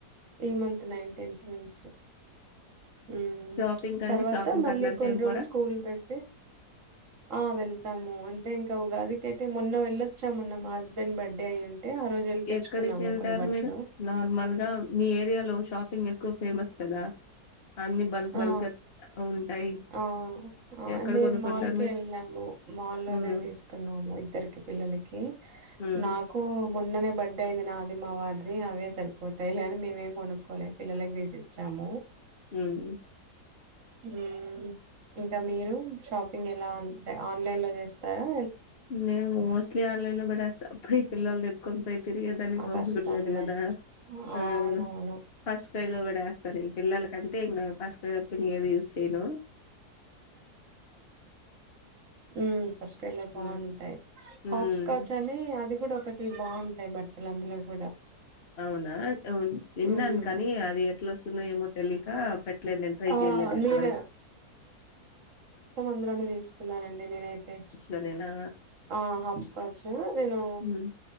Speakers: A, on the right (about 55°); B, on the left (about 45°).
A: ఈ మంత్ నైన్టీన్త్ నుంచి. ఉమ్,
B: షాపింగ్ అండి
A: తర్వాత
B: షాపింగ్
A: మళ్ళీ,
B: అట్లంతా
A: కొన్ని
B: ఏం
A: రోజులు
B: పోరా
A: స్కూల్ పెడితే. ఆ వెళ్తాము, అంటే, ఇంకా ఉగాదికైతే మొన్న వెళ్ళొచ్చా మొన్న మాజ్. హస్బెండ్ బర్త్డే అయి ఉంటే, ఆ రోజు ఏళ్ళి తెచ్చుకున్నాము,
B: ఎక్కడికి వెళ్తారు
A: కొన్ని బట్లు.
B: మీరు నార్మల్ గా మీ ఏరియాలో షాపింగ్ ఎక్కువ ఫేమస్ కదా, అన్ని బల్క్
A: ఆ!
B: బల్క్ గా ఉంటాయి.
A: ఆ
B: ఎక్కడ
A: అన్ని
B: కొనుక్కుంటారు
A: మాల్క్
B: మీరు
A: ఏళ్ళాము మాల్లోనే
B: ఉమ్
A: దిసుకున్నాము, ఇద్దరికి పిల్లల. నీకి
B: ఉమ్
A: నాకు మొన్ననే. బర్త్డే అయింది నాది మా వారిది, అవే సరిపోతాయి అని మేమేం కొనుక్కోలే, పిల్లలకి తీసి ఇచ్చాము.
B: ఉమ్.
A: ఉమ్, ఇంకా మీరు షాపింగ్ ఎలా, అంతే ఆన్లైన్ లో జెస్తారా.
B: మము మోస్ట్లీ ఆన్లైన్ లో, బాట్ అసల్, ప్రి పిల్లల్ దే. కొంపై తిరిగేదాన్ని
A: ఆ!
B: ఓపికఉండాలి,
A: కష్టంలే.
B: గదా
A: అవునవును.
B: ఆ. ఫాస్టయిమ్ లో కూడా ఏస్తారు నేను పిల్లల కంటే, ఇంకా ఫాస్టయిమ్ తప్ప ఇంకే యూస్ సేయను.
A: Um ఫాస్టయిమ్ the. బాగుంటాయి
B: ఉమ్
A: హాప్స్కాచ్
B: ఉమ్
A: అని, అది కూడా ఒకటి బాగుంటాయి, బట్టలు అందులో కూడా.
B: అవునా అవున్, విన్నన్
A: హ్మ్
B: కనీ, అది ఏ. ఎట్లో ఓస్తున్నాయ ఏమో తెలియక, పెట్టలేదు నేను ట్రై
A: ఆ
B: చేయలేదు, ఇంతవర.
A: నేను అందులోను దిసుకున్నానండి, నేనైతే
B: లోనేనా
A: ఆ హాప్ స్కార్చు నేను,
B: ఉమ్